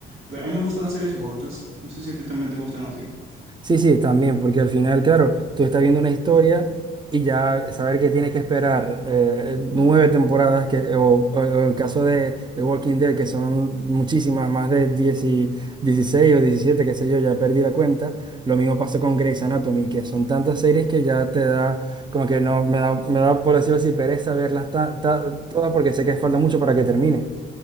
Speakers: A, on the right (about 80°); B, on the right (about 20°).
A: Pero a mí me gustan las series cortas. No sé si a ti también te gustan así.
B: Sí, sí, también, porque al final, claro, tú estás viendo una historia y ya saber que tienes que esperar eh, nueve temporadas, que, o, o en el caso de, de Walking Dead, que son muchísimas, más de 10 y- 16 o 17, qué sé yo, ya perdí la cuenta. Lo mismo pasa con Grey's Anatomy, que son tantas series que ya te da, como que no, me da, me da por decirlo así, pereza verlas ta- ta- todas porque sé que falta mucho para que termine.